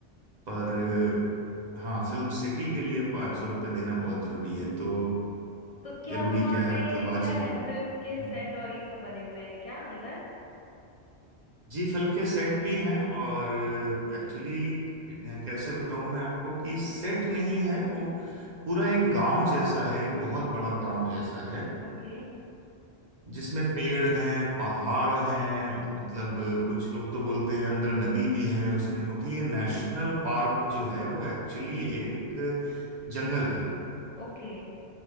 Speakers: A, on the right; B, on the left.
A: पर हाँ फिल्म सिटी के लिए पाँच सौ रुपये देना बहुत जरूरी है तो
B: तो क्या
A: जरूरी
B: वहाँ
A: क्या है
B: पे
A: मतलब वाजिब
B: क्या है
A: है
B: फिल्म
A: हम्म।
B: के सेट और ये सब बने हुए हैं क्या अंदर
A: जी फिल्म के सेट भी हैं और एक्चुअली कैसे बताऊं मैं आपको कि सेट नहीं है वो पूरा एक गांव जैसा है एक बहुत बड़ा गांव जैसा है
B: ओके
A: जिसमें पेड़ हैं पहाड़ हैं मतलब कुछ लोग तो बोलते हैं अंदर नदी भी है उसमें क्योंकि ये नेशनल पार्क जो है वो एक्चुअली
B: जी
A: एक जंगल है
B: ओके